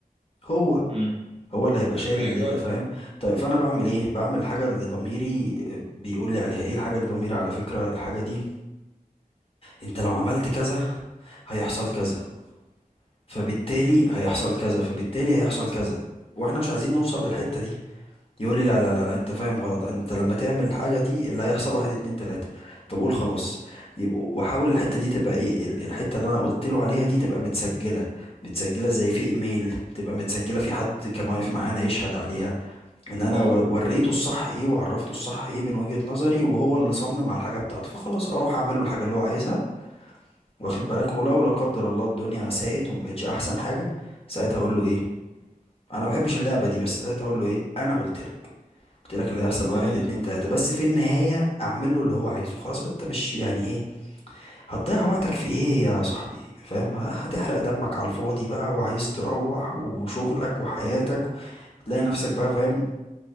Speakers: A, on the left; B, on the right.
A: هو
B: امم
A: هو اللي هيبقى شايل
B: ايوه
A: الليله
B: فعلا
A: فاهم طيب فانا بعمل ايه بعمل الحاجه اللي ضميري بيقول لي عليها ايه الحاجه اللي ضميري على فكره الحاجه دي انت لو عملت كذا هيحصل كذا فبالتالي هيحصل كذا فبالتالي هيحصل كذا واحنا مش عايزين نوصل للحته دي يقول لي لا لا لا لا انت فاهم غلط انت لما تعمل الحاجه دي اللي هيحصل واحد اتنين تلاته فبقول خلاص يبقوا- واحاول الحته دي تبقى ايه ال- الحته اللي انا قلت له عليها دي تبقى متسجله متسجله زي في ايميل تبقى متسجله في حد كان واقف معانا يشهد عليها ان انا
B: اه
A: و- وريته الصح ايه وعرفته الصح ايه من وجهه نظري وهو اللي صمم على الحاجه بتاعته فخلاص اروح اعمل له الحاجه اللي هو عايزها واخد بالك ولو لا قدر الله الدنيا ساءت وما بقتش احسن حاجه ساعتها اقول له ايه انا ما بحبش اللعبه دي بس ساعتها اقول له ايه انا قلت لك قلت لك اللي هيحصل واحد
B: امم
A: اتنين تلاتة بس في النهاية اعمل له اللي هو عايزه خلاص انت مش يعني ايه هتضيع وقتك في ايه يا صاحبي فاهم ه- هتحرق دمك على الفاضي بقى وعايز تروح وشغلك وحياتك تلاقي نفسك بقى فاهم